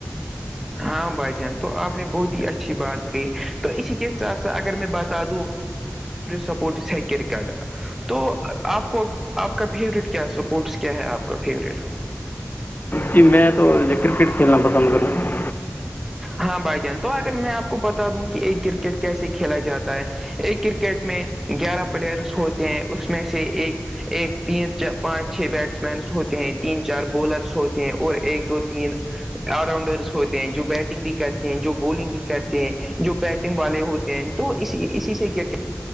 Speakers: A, in the centre; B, on the left.
A: ہاں بھائی جان تو آپ نے بہت ہی اچھی بات کہ تو اسی کے ساتھ ساتھ اگر میں بتا دوں- اور سپورٹ سحکرکاٹا- تو آپ کو آپ کا فیوریٹ کیا سپورٹس کیا ہے آپ کا فیوریٹ?
B: جی میں تو کرکٹ کھیلنا پسند کروں گ-
A: ہاں بھائی جان تو اگر میں آپ کو بتا دوں کہ ایک کرکٹ کیسے کھیلا جاتا ہے ایک کرکٹ- کرکٹ میں گیارہ پلیئرس ہوتے ہیں اس میں سے ایک- ایک تین پانچ چھ بیٹس مینس ہوتے ہیں تین چار بولرس ہوتے ہیں اور ایک دو تین- آل راؤنڈرس ہوتے ہیں جو بیٹنگ بھی کرتے ہیں جو بالنگ بھی کرتے ہیں جو بیٹنگ والے ہوتے ہیں تو اس اسی سے کرکٹ